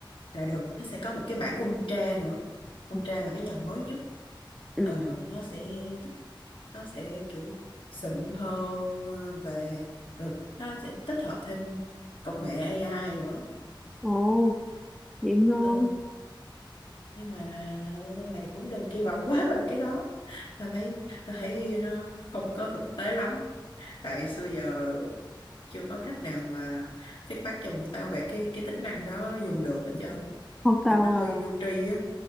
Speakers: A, on the left; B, in the centre.
A: là được nó sẽ có một cái bản Ultra nữa
B: Ok.
A: Ultra là cái dòng mới nhất
B: ừ
A: ờ,
B: ừ
A: nó sẽ tích nó sẽ kiểu xịn hơn ờ, về rồi nó sẽ tích hợp thêm công nghệ AI nữa
B: Ồ, vậy ngon.
A: ừ, nhưng mà mày cũng đừng kỳ vọng quá vào cái đó tao thấy tao thấy nó không có thực tế lắm tại xưa giờ chưa có khách nào mà feedback cho bọn tao về cái cái tính năng đó dùng được hết trơn á
B: Không tao
A: kiểu nó hơi
B: à.
A: vô tri á